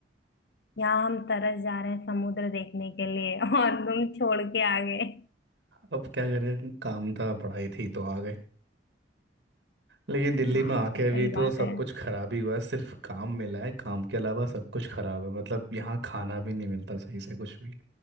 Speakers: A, on the left; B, on the right.
A: यहाँ हम तरस जा रहे हैं समुद्र देखने के लिए <laughs> और तुम छोड़ के आ गए
B: अब क्या करें काम था पढ़ाई थी तो आ गए लेकिन दिल्ली
A: हाँ
B: में आके भी
A: सही
B: तो
A: बात
B: सब
A: है
B: कुछ खराब ही हुआ है सिर्फ काम मिला है काम के अलावा सब कुछ खराब है मतलब यहाँ खाना भी नहीं मिलता सही से कुछ भी